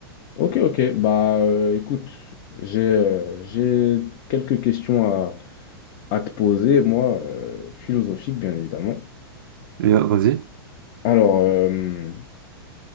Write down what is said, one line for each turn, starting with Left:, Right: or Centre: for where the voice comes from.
Left: Ok, ok, bah euh, écoute, j'ai euh, j'ai quelques questions à, à te poser, moi, euh, philosophiques, bien évidemment.
Right: Et, euh, vas-y.
Left: Alors, euh,